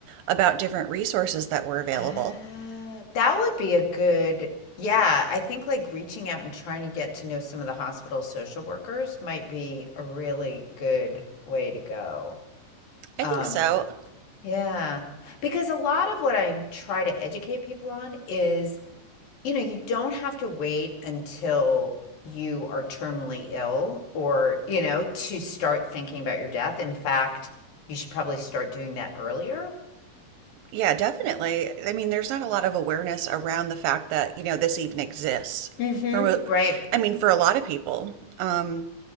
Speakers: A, on the right; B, on the left.
A: about different resources that were available.
B: Uh, that would be a good yeah, I think, like, reaching out and trying to get to know some of the hospital social workers might be a really good way to go.
A: I
B: Um,
A: think so.
B: yeah, because a lot of what i try to educate people on is You know, you don't have to wait until you are terminally ill or, you know, to start thinking about your death. In fact, you should probably start doing that earlier,
A: Yeah, definitely. I mean, there's not a lot of awareness around the fact that, you know, this even exists.
B: Mhm.
A: For
B: right?
A: I mean, for a lot of people, um,